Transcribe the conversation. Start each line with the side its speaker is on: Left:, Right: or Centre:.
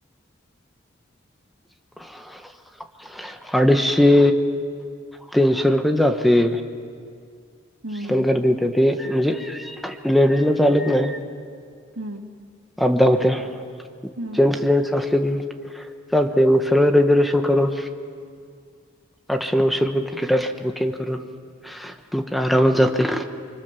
Centre: <inaudible> अडीशे तीनशे रुपयत जातय.
Right: हम्म
Centre: पण
Right: हम्म
Centre: गर्दी होेत्या ते म्हणजे लेडीजला चालत नाही.
Right: हम्म
Centre: अबदा हुत्या.
Right: हम्म.
Centre: जेंट्स जेंट्स असले की चालतंय मग सरळ रिझर्वेशन करून आठशे नऊशे रुपये तिकीट आसतय बुकिंग करून मग काय आरामात जातंय.